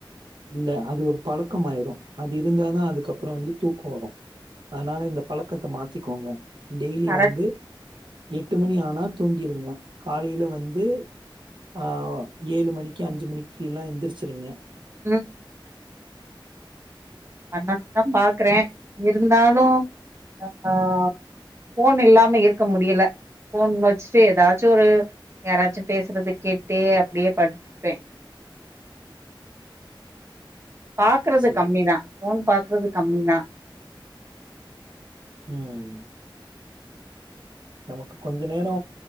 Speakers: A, on the right (about 65°); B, on the right (about 30°).
A: இல்ல அது ஒரு பழக்கம ஆயிரு அது இருந்தா தா அதுக்கப்புறோ வந்து தூக்கொ வரு அதனால இந்த பழக்கத்த மாத்திக்கோங்க டெய்லி
B: கரெக்ட்
A: வந்து எட்டு மணியானா தூங்கிருங்க காலையில வந்து ஆ ஏழு மணிக்கு அஞ்சு மணிக்குயெல்லா எந்துரிச்சிருங்க
B: ம் அண்ணதுதா பாக்குறே இருந்தாலு ஆ போன் இல்லாம இருக்க முடியல போன் வச்சுட்டு ஏதாச்சு ஒரு யாராச்சு பேசுறது கேட்டுட்டே அப்படியே படுத்துக்குவே பாக்குறது
A: சரி.
B: கம்மிதா போன் பாக்குறது கம்மிதா
A: உம் நமக்கு கொஞ்சோ நேரோ